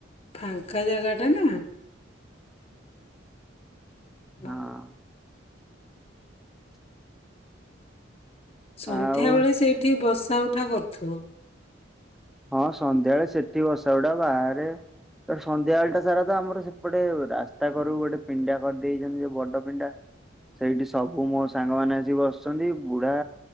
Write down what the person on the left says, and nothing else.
ଫାଙ୍କା ଜାଗାଟା ନା। ଭଲ।
ସନ୍ଧ୍ୟା
ବେଳେ ସେଇଠି ବସା ଉଠା କରୁଥିବ।